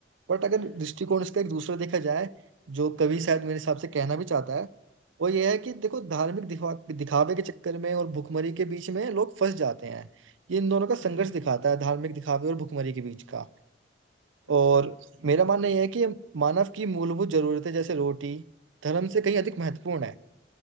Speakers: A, on the right; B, on the left.
A: बट अगर
B: हम्म
A: दृष्टिकोण इसका एक दूसरा देखा जाए जो कवि शायद मेरे हिसाब से कहना भी चाहता है वो ये है कि देखो धार्मिक दिखा दिखावे के चक्कर में और भुखमरी के बीच में लोग फंस जाते हैं ये इन दोनों का संघर्ष
B: हम्म
A: दिखाता है धार्मिक दिखावे और भुखमरी के बीच का
B: अच्छा
A: और मेरा मानना यह है कि मानव की मूलभूत जरूरतें जैसे रोटी धर्म से कहीं अधिक महत्वपूर्ण है